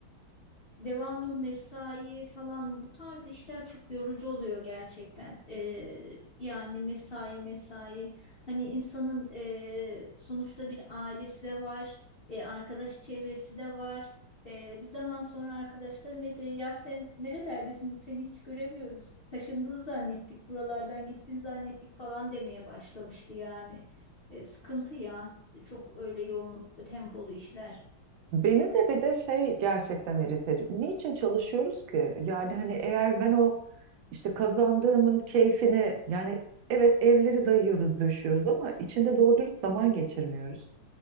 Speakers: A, on the left (about 85°); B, on the right (about 75°).
A: devamlı mesai falan bu tarz işler çok yorucu oluyor gerçekten. Ee, yani mesai mesai hani insanın e, sonuçta bir ailesi de var, e, arkadaş çevresi de var. Ee, bir zaman sonra arkadaşlarım hep "E, ya sen nerelerdesin seni hiç göremiyoruz. Taşındın zannettik buralardan gittin zannettik falan demeye başlamıştı yani. Ee, sıkıntı ya E, çok öyle yoğun tempolu işler.
B: Beni de bir de şey gerçekten irite ediyor. Niçin çalışıyoruz ki? Yani hani eğer ben o işte kazandığımın keyfini yani evet evleri dayıyoruz, döşüyoruz ama içinde doğru dürüst zaman geçirmiyoruz.